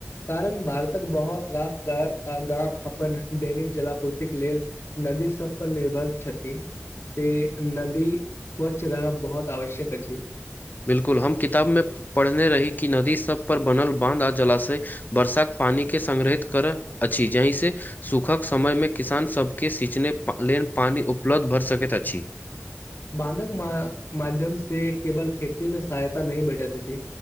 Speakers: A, on the left (about 65°); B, on the left (about 40°).
A: कारण भारतक बहुत रास शहर आ गाम अपन दैनिक जलापूर्तिक लेल नदी सब पर निर्भर छथिन त नदी स्वच्छ रहब बहुत आवश्यक अछि
B: बिलकुल हम किताब मे पढ़ने रही कि नदी सब पर बनल बाँध आ जलाशय वर्षाक पानी के संग्रहित करैत अछि जहि से सूखक समय मे किसान सभके सिचने लेलन पानि उपलब्ध भऽ सकैत अछि
A: बानधक माध्यम से केवल खेती मे सहायता नहि भेठैत छै